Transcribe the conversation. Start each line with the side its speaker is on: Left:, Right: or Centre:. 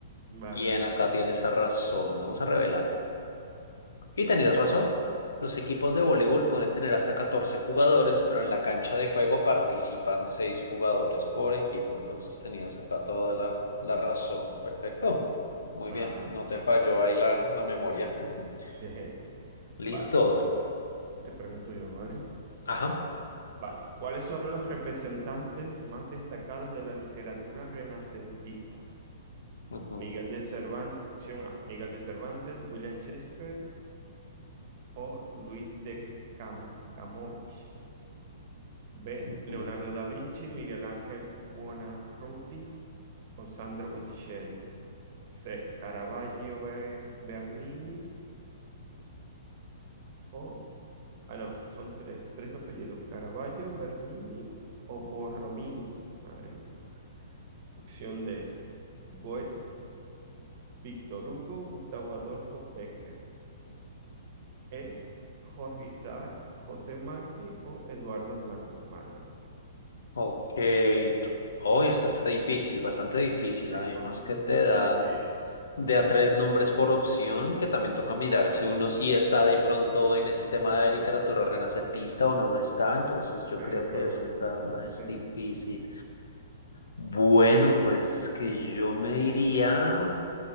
Right: Vale,
Left: quién acá tiene esa razón. Vamos a revelar. Y tenías razón. Los equipos de voleibol pueden tener hasta 14 jugadores, pero en la cancha de juego participan seis jugadores por equipo. Entonces tenías acá toda la, la razón. Perfecto. Muy
Right: Vale,
Left: bien. No te
Right: vale,
Left: falló
Right: perfecto.
Left: ahí la, la memoria. <laughs>
Right: Sí,
Left: Listo.
Right: vale. Te, te pregunto yo, ¿vale?
Left: Ajá.
Right: Vale. ¿Cuáles son los representantes más destacados de la literatura renacentista?
Left: Ujú,
Right: Miguel de Cervantes, opción A, Miguel de Cervantes, William Shakespeare o Luis de Cam- Camões. B,
Left: ujú.
Right: Leonardo da Vinci, Miguel Ángel Buonarroti o Sandro Botticelli. C, Caravaggio Be- Bernini o Ah, no, son tres, tres apellidos, Caravaggio, Bernini o Borromini. Madre mía. Opción D, Goethe, Víctor Hugo, Gustavo Adolfo Becker. E, Jorge Isaac, José Martí o Eduardo Blanco. Madre mía,
Left: Ok. Hoy esta está difícil, bastante difícil.
Right: no tengo
Left: Además
Right: ni
Left: que te dan
Right: idea, ni
Left: de a tres
Right: idea,
Left: nombres por opción, que también toca mirar si uno sí está de pronto en este tema de literatura renacentista o no lo está. Entonces yo
Right: pero
Left: creo que esa está más
Right: sí,
Left: difícil. Bueno, pues que yo me iría